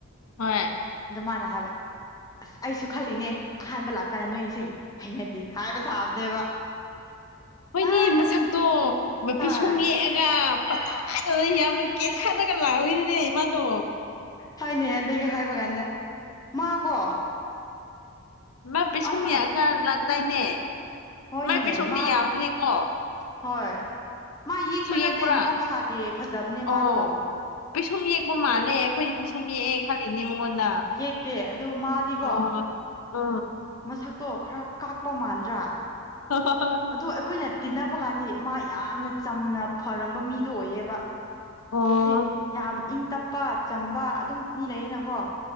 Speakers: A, on the left; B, on the left.
A: ꯍꯣꯏ
B: ꯑꯗꯨ ꯃꯥꯅ ꯍꯥꯏꯕ ꯑꯁ ꯑꯩꯁꯨ ꯈꯜꯂꯤꯅꯦ ꯑꯍꯥꯟꯕ ꯂꯥꯞꯄ ꯀꯥꯟꯗ ꯅꯣꯏ <unintelligible> ꯑꯩꯅꯗꯤ ꯍꯥꯏꯕ ꯁꯥꯕꯅꯦꯕ
A: ꯍꯣꯏꯅꯦ
B: ꯑ
A: ꯃꯁꯛꯇꯣ ꯄꯤꯁꯨꯝ
B: ꯍꯣꯏ
A: ꯌꯦꯛꯑꯒ
B: ꯑ
A: ꯐꯖ
B: ꯐꯖꯅ
A: ꯍꯥꯏꯗꯅ ꯌꯥꯝꯅ ꯀꯦꯊꯔꯒ ꯂꯥꯛ ꯑꯧꯋꯤꯅꯦ ꯃꯥꯗꯣ
B: ꯍꯣꯢꯅꯦ ꯑꯗꯨꯒꯤ ꯍꯥꯏꯕ ꯀꯥꯟꯗ ꯃꯥꯀꯣ
A: ꯃꯥ ꯄꯤꯁꯨꯝ
B: ꯑꯗꯨꯝ
A: ꯌꯦꯛꯑꯒ ꯂꯤꯛꯗꯥꯏꯅꯦ
B: ꯍꯣꯏꯅꯦ
A: ꯃꯥꯏ ꯄꯤꯁꯨꯝꯗꯤ
B: ꯃꯥ
A: ꯌꯥꯝꯕꯅꯦꯀꯣ
B: ꯍꯣꯏ ꯃꯥ ꯌꯦꯛꯄ
A: ꯌꯦꯛꯄ꯭ꯔꯥ
B: ꯅꯠꯇꯦ ꯃꯍꯧꯁꯥꯒꯤ ꯐꯖꯕꯅꯦ
A: ꯑꯣ
B: ꯃꯥꯗꯣ
A: ꯄꯤꯁꯨꯝ ꯌꯦꯛꯄ ꯃꯥꯜꯂꯦ ꯑꯩꯈꯣꯏꯗꯤ ꯄꯤꯁꯨꯝ ꯌꯦꯛꯑꯦ ꯈꯂꯤꯅꯦ ꯃꯉꯣꯟꯗ
B: ꯌꯦꯛꯇꯦ ꯑꯗꯨ ꯃꯥꯗꯤꯀꯣ
A: ꯑ ꯎ
B: ꯃꯁꯛꯇꯣ ꯈꯔ ꯀꯥꯛꯄ ꯃꯥꯟꯗ꯭ꯔꯥ
A: <unintelligible>
B: ꯑꯗꯣ ꯑꯩꯈꯣꯏꯅ ꯇꯤꯟꯅꯕ ꯀꯥꯟꯗꯤ ꯃꯥ ꯌꯥꯝꯅ ꯆꯝꯅ ꯐꯔꯝꯕ ꯃꯤꯗꯣ ꯑꯣꯏꯌꯦꯕ
A: ꯑꯣ
B: ꯍꯥꯏꯗꯤ ꯌꯥꯝ ꯏꯪ ꯇꯞꯄ ꯆꯝꯕ ꯑꯗꯨꯝ ꯃꯤ ꯂꯩꯌꯦꯅꯀꯣ